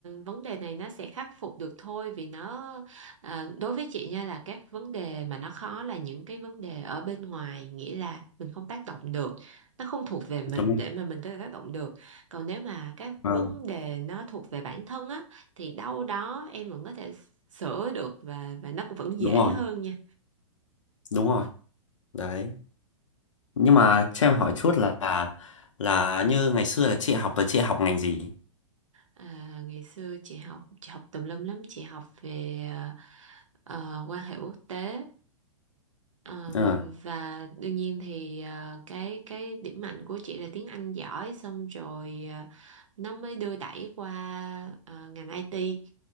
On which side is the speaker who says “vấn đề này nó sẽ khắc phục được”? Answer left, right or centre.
Right